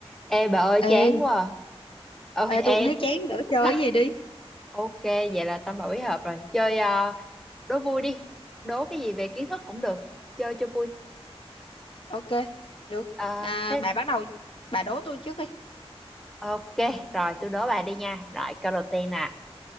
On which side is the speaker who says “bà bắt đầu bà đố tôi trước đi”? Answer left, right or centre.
Left